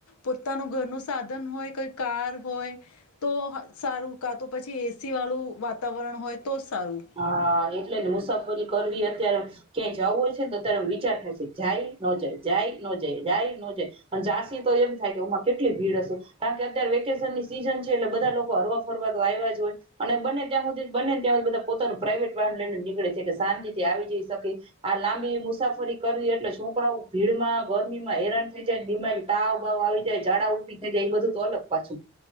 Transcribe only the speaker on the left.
પોતાનું ઘરનું સાધન હોયઈ કાર હોય તો સારું કા તો પછી એસી વાળું વાતાવરણ હોય. તો સારું